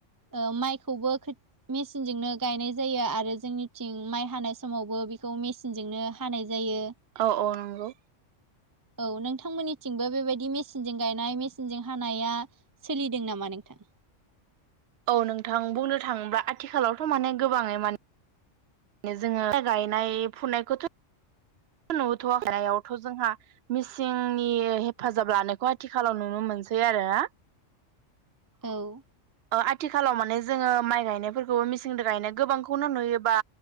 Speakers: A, on the right; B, on the right.
A: ओ माइखौबो खो मेसिनजोंनो गायनाय जायो आरो जोंनिथिं माइ हानाय समावबो बेखौ मेसिनजोंनो हानाय जायो।
B: औ औ नंगौ।
A: औ नोंथांमोननिथिंबो बेबायदि मेचिनजों गायनाय मेसिनजों हानाया सोलिदों नामा नोंथां?
B: औ नोंथां बुंनो थाङोब्ला आथिखालावथ' माने गोबाङै माने जोङो गायनाय फुनायखौथ' नुथ' हावथ' जोंहा मिसिंनि हेफाजाब लानायखौ आथिखालाव नुनो मोनसै आरो ना
A: औ
B: आथिखालाव माने जोङो माइ गायनायफोरखौबो मिसिंदो गायनाय गोबांखौनो नुयोबा